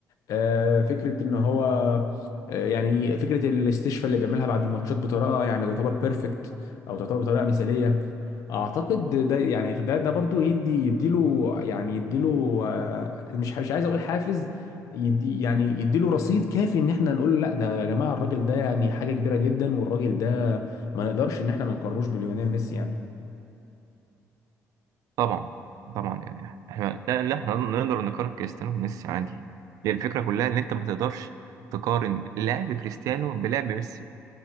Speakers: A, on the left; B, on the right.
A: آه، فكره ان هو آه، يعني فكره الاستشفاء اللي بيعملها بعد الماتشات بطريقه يعني تعتبر بيرفكت او تعتبر بطريقه مثاليه اعتقد ده يعني ده ده برضو يدي يديله يعني يديله آه، مش مش عايز اقول حافز يدي يعني يديله رصيد كافي ان احنا نقول له لا ده يا جماعه الراجل ده يعني حاجه كبيره جدا والراجل ده ما نقدرش ان احنا ما نقارنوش بليونيل ميسي يعني
B: طبعا طبعا يعني احنا لا لا احنا نقدر نقارن كريستيانو بميسي عادي هي الفكره كلها ان انت ما تقدرش تقارن لعب كريستيانو بلعب ميسي